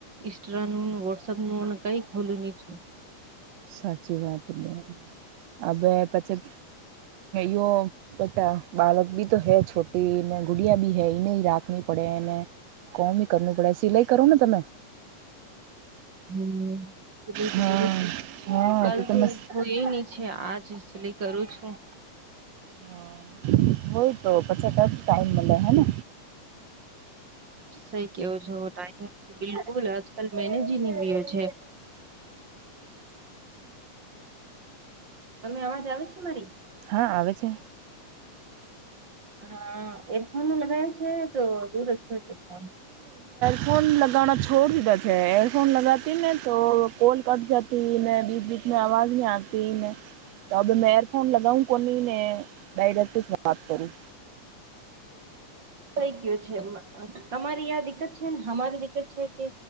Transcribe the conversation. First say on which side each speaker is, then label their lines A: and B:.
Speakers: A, on the right; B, on the right.
A: ઇન્સ્ટ્ર ન વોટ્સઅપ નું કઈક ખોલું નહી છું
B: સાચી વાત ને હવે પછી યો પતા બાળક ભી તો હૈ છોટીને ગુડિયા ભી હૈ ને રાખ વી પડે એને કોમ બ કરવું પડે સિલાઈ કરો ને તમે
A: હમ બું
B: હા
A: કરું છું
B: હા
A: કલ
B: તો તમે
A: તું હું એ છે આજ <unintelligible> કરું છું
B: હ હોય તો પાછા ટ ટાઈમ મલે હેને
A: સઈ કેવો છો ટાઈમ નો બિલકુલ આજકાલ મેનેજીનો રહ્યો છે. તમે અવાજ આવે છે મારી
B: હા આવે છે.
A: અહહ હા એરફોનો લગાવ છે તો દૂર રાખ્યો છે ફોન
B: ફોન લગાવના છોડ દીધા છે એરફોન લગાતી ને તો કોલ કટ જતી ને બીચ બીચ મે આવાજ નહી આતી ને તબ મેં એરફોન લગાવું કોની ને ડાયરેક્ટ જ વાત કરું
A: <inaudible> કઈ કયો છે તમારી આ દિકકત છે ને અમારી દિકકત છે કે